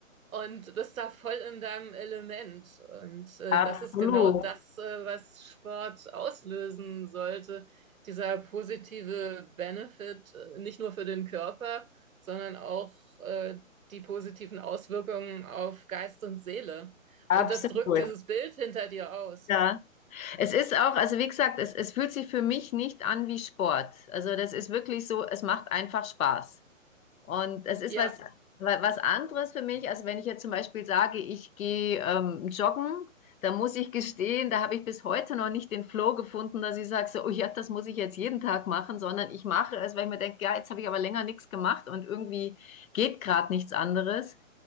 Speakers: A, on the right (about 85°); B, on the left (about 85°).
A: und bist da voll in deinem Element. Und äh,
B: Absolut,
A: das ist genau das, äh, was Sport auslösen sollte. Dieser positive Benefit, äh, nicht nur für den Körper, sondern auch äh, die positiven Auswirkungen auf Geist und Seele.
B: absolut.
A: Und das drückt dieses Bild hinter dir aus.
B: Ja. Es ist auch, also wie gesagt, es, es fühlt sich für mich nicht an wie Sport. Also das ist wirklich so, es macht einfach Spaß. Und es ist
A: Ja,
B: was, wa- was anderes für mich, als wenn ich jetzt zum Beispiel sage, ich gehe ähm, joggen, da muss ich gestehen, da habe ich bis heute noch nicht den Flow gefunden, dass ich sage, so, oh ja, das muss ich jetzt jeden Tag machen, sondern ich mache es, weil ich mir denke, ja, jetzt habe ich aber länger nichts gemacht und irgendwie geht gerade nichts anderes.